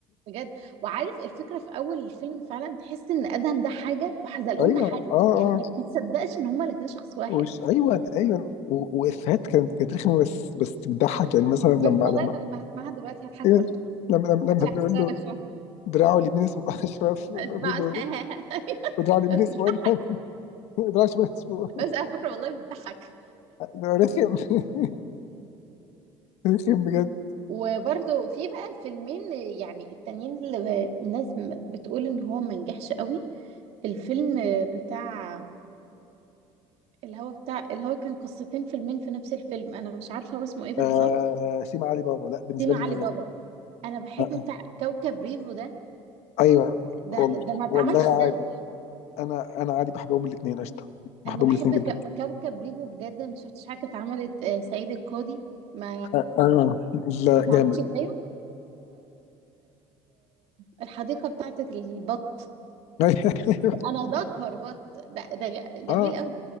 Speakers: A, on the right; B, on the left.
A: بجد وعارف الفكره في اول الفيلم فعلا تحس ان ادهم ده حاجه وحزلقوم
B: <laughs> ايوه
A: ده حاجه
B: اه اه
A: يعني ما تصدقش ان هما الاثنين شخص واحد
B: وش... ايوه ايوه و... وافيهات كانت كانت رخمه بس بس بتضحك يعني مثلا لما
A: بس والله
B: لما
A: انا لما هسمعها دلوقتي هضحك
B: ايوه
A: برضه
B: لما لما,
A: مش
B: لما بيقول
A: هسترخ
B: له
A: اسمع
B: دراعه اليمين اسمه <laughs> اشرف بيقول
A: <laughs>
B: له ودراعه اليمين
A: بس
B: اسمه
A: بتضحك
B: ادهم <laughs> ودراعه الشمال اسمه رخم
A: بس على فكره والله بتضحك
B: <laughs> رخم بجد
A: وبرضه في بقى فيلمين يعني التانيين اللي الناس بتقول ان هو ما نجحش قوي الفيلم بتاع الهوا بتاع الهوا كان قصتين فيلمين في نفس الفيلم انا مش عارفه هو اسمه ايه بالظبط
B: آه... سيما علي بابا لا بالنسبه
A: سيما
B: لي
A: علي
B: نجح
A: بابا انا بحب
B: آه. آه.
A: بتاع كوكب ريفو ده
B: ايوه
A: ده
B: وال...
A: ده ما اتعملش
B: والله
A: زيي
B: عادي انا انا عادي بحبهم الاثنين قشطه بحبهم
A: انا بحب
B: الاثنين جدا
A: كو- كوكب ريفو بجد ما شفتش حاجه اتعملت آه، سعيد القاضي ما
B: اه لا
A: ما اتعملش
B: جامد
A: زيه والحديقه بتاعت البط
B: <laughs> أيوه.
A: انا ده كربط ده ده جميل
B: اه
A: قوي